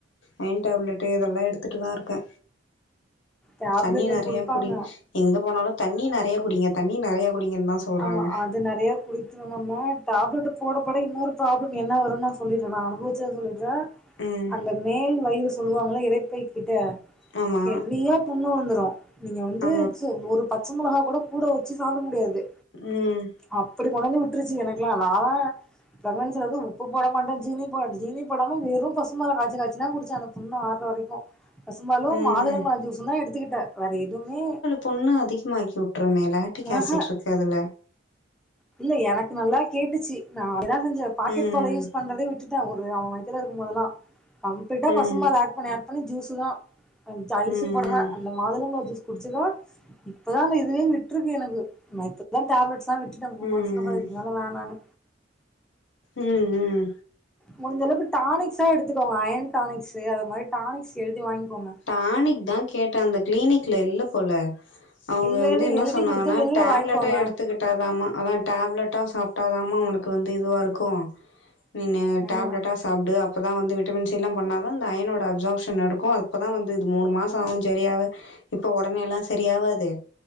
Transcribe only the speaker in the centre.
டேப்லெட்டு
குடுப்பாங்க
ஆமா ஆ அது நெறையா குடிக்காம டேப்லெட் போட போட இன்னொரு ப்ரோப்லம் என்ன வரும்ன்ன நா சொல்லிடுறேன் நா அனுபவிச்சத சொல்லிடுறேன்
அந்த மேல் வயிறு சொல்லுவாங்களா இறைப்பை கிட்ட
ஹேவியா புண்ணு வந்துரு நீங்க வந்து
ஒரு பச்ச மிளகா கூட கூட வச்சு சாப்ட முடியாது
அப்டி கொண்டாந்து விட்டுருச்சு எனக்கெல்லா நால்லா பிரமன்ஸ்ல வந்து உப்பு போட மாட்டே ஜீனி போட ஜீனி போடாம வெறும் பசும் பால காய்சி காய்சி தான் குடிச்ச அந்த புண்ணு அரூர வரைக்கும் பசும் பாலும்
மாதுளம்பழம் ஜூஸும் தான் எடுத்துக்கிட்டேன் வேற எதுவுமே
ஆஹ்
இல்ல எனக்கு நல்லா கேட்டுச்சு நா அததான் செஞ்ச பாக்கெட்
பால யூஸ் பண்றதே விட் டுட்டே அவரு அவ வயத்துல இருக்கும் போதல்லா கம்ப்ளீட்டா
பசும்பால் அட் பண்ணி அட் பண்ணி ஜூஸு தா கொஞ்சோ
ஐஸ்
போடலா அந்த மாதுள ஜூஸ் குடிச்சுதா இப்பதான் அந்த இதுவே விட்டுருக்கு எனக்கு நான் இப்பதான் டேப்லெட்ஸ் தா விட் டுட்ட மூணு
மாசத்துக்கு அப்புறோ இதுக்கு மேல வேணான்னு
முடிஞ்ச அளவுக்கு டானிக்ஸா எடுத்துக்கோங்க அயன் டானிக்ஸ் அது மாதிரி டானிக்ஸ் எழுதி வாங்கிக்கோங்க
இல்லன்னு
எழுதி
குடுத்து வெளில
வாங்கிக்கோங்க
ம்